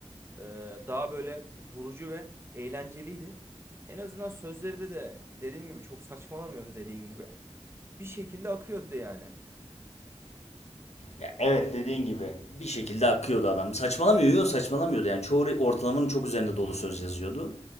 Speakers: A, on the right; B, on the left.
A: Ee, daha böyle vurucu ve eğlenceliydi. En azından sözleri de de dediğim gibi çok saçmalamıyordu dediğin gibi. Bir şekilde akıyordu yani.
B: Ya, Evet dediğin gibi. bir şekilde akıyordu adam. Saçmalamıyor, yok saçmalamıyordu. Yani çoğu re- ortalamanın çok üzerinde dolu söz yazıyordu.